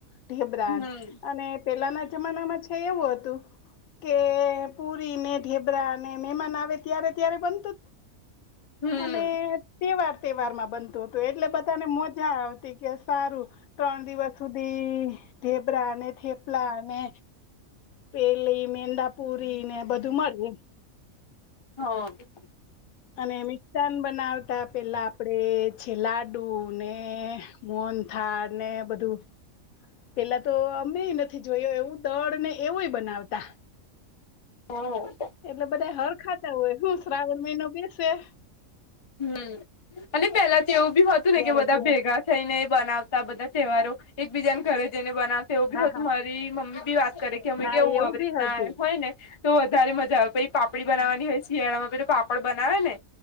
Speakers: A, on the left (about 85°); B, on the left (about 45°).
A: ઢેબરાન
B: હમ
A: અને પેલાના જમાનામાં છે એવું હતું. કે પુરીને ઢેબરાને મહેમાન આવે ત્યારે ત્યારે બન
B: હમ
A: અને તવાર તવારમાં બ એટલે બધાને મજા આવતી કે સારું ત્રણ દિવસ સુધી ઢેબ્રાને પલાને પેલી મેડાાપુરી ને બધું મળ એ.
B: હ.
A: અને મિકઠ્ઠાન બનાવતા પેલા આપડે છે લાડુ ને. મોન થાળ ને બધું. પેલા તો અમે નથી જોયો એવું દળ ને એવું બનાવતા.
B: હમ.
A: એટલે બધા હર ખાતા હોય હું શ્રાવણ મહિનો બેસે.
B: હમ અને પેલા તો એવું બી હતું
A: ત્યારે
B: ને કે બધા
A: ત્યાં
B: ભેગા થઈ ને બનાવતા બધા તહેવારો એક બીજાને ઘરે જઈને બનાવતા તેવું બી
A: હા
B: હતું
A: હા
B: મારી મમ્મી બી વાત કરે કે અમે
A: હા
B: કેવું
A: એવું
B: આવી
A: બી
B: રીતના
A: હતું
B: હોય ને તો વધારે મજા આવે પછી પાપડી બનાવવાની
A: હા
B: હોય શિયાળામાં તો પાપડ બનાવે ને.